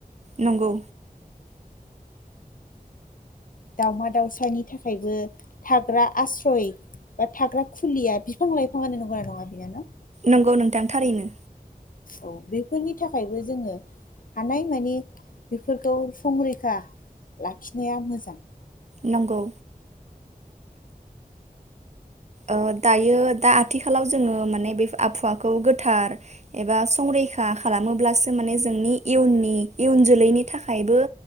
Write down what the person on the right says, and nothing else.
नंगौ।
नंगौ नोंथां थारैनो।
नंगौ। ओ दायो दा आथिखालाव जोङो माने बे आबहावाखौ गोथार एबा संरैखा खालामोब्लासो माने जोंनि इयुननि इयुन जोलैनि थाखायबो